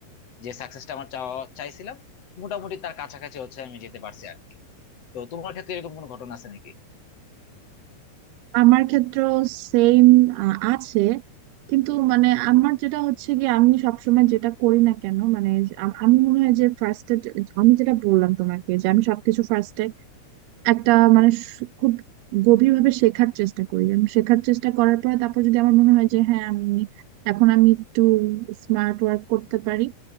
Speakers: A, on the left (about 40°); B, on the right (about 80°).
A: যে সাকসেসটা আমার চাওয়া চাইছিলাম মোটামুটি তার কাছাকাছি হচ্ছে আমি যেতে পারছি আর কি তো তোমার ক্ষেত্রে এরকম কোনো ঘটনা আছে নাকি
B: আমার ক্ষেত্রেও সেম আছে কিন্তু মানে আমার যেটা হচ্ছে কি আমি সবসময় যেটা করি না কেন মানে যে আম- আমি মনে হয় যে ফার্স্টে আমি যেটা বললাম তোমাকে যে আমি সবকিছু ফার্স্টে একটা মানে সু- খুব গভীরভাবে শেখার চেষ্টা করি আমি শেখার চেষ্টা করার পর তারপর যদি আমার মনে হয় যে হ্যাঁ আমি এখন আমি একটু স্মার্ট ওয়ার্ক করতে পারি